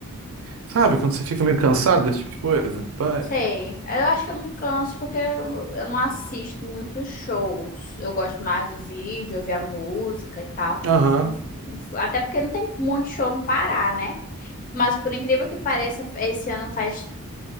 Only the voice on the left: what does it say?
Sei. Eu acho que eu não canso porque eu, eu não assisto muitos shows. Eu gosto mais de vídeo, ouvir a música e tal.
Não- Até porque não tem muito show no Pará, né? Mas por incrível que pareça, esse ano faz